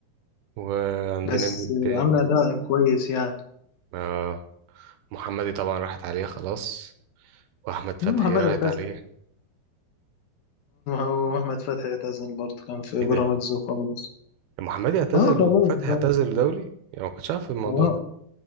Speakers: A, on the right; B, on the left.
A: وعندنا
B: بس
A: مين
B: آه،
A: تاني
B: عاملة أداء كويس يعني
A: آه محمدي طبعا راحت عليه خلاص واحمد
B: محمد
A: فتحي راحت
B: اعتزل
A: عليه
B: وأحمد فتحي اعتزل برضه كان في
A: ايه ده
B: بيراميدز وخلاص
A: محمدي اعتزل
B: أه خلاص
A: وفتحي
B: بقى
A: اعتزل دولي يعني ما كنتش عارف الموضوع
B: أه
A: ده